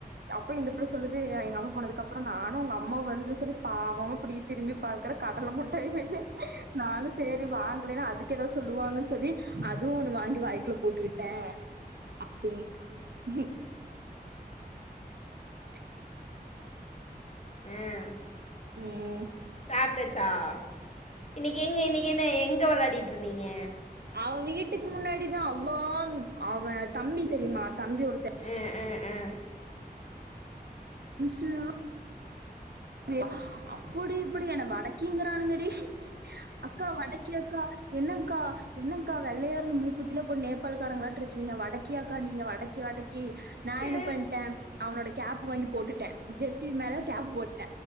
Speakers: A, on the right; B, on the left.
A: அப்போ இந்த புள்ள சொல்லுது எங்கம்மா போனதுக்கப்பற நானும் உங்க அம்மா வருதுன்னு சொல்லி பாவமா இப்படி திரும்பி பா்கற கடலை முட்டையவே இல்லை நானும் சரி வாங்கேன்ன அதுக்கு ஏதாவது சொல்லுவாங்கன்ன சொல்லி அதுவும் ஒன்னு வாங்கி வாய்க்குல போட்டு டேன் அப்டி ஹும் <inaudible>
B: உஹ்
A: ம்
B: சாப்பிட்ட சா இன்னிக்கு எங்க இன்னைக்கு என்ன எங் வெளையாடிட்டு இருந்தீங்க
A: அவன் வீட்டுக்கு முன்னாடிதான் அவவா அவன் தம்பி தெரியுமா தம்பி ஒருத்தன்
B: ஆ ஆ ஆ
A: ஹலோ <unintelligible> அப்படி இப்படி என்ன வடக்கிங்கிறானுங்கடி அக்கா வடக்கி அக்கா என்னங்க்கா என்னங்க்கா வெள்ளையா இருந்து மூக்குத்திலா போட் நேபாளக்காரங்களாட் இருக் கீங்க வடக்கியாக்கா நீங்க? வடக்கி வடக்கி நா என்ன
B: ஆ,
A: பண்ட்டே அவனோட கேப் வாங்கி போட்டுட்டே. ஜெர்சி மேல கேப் போட்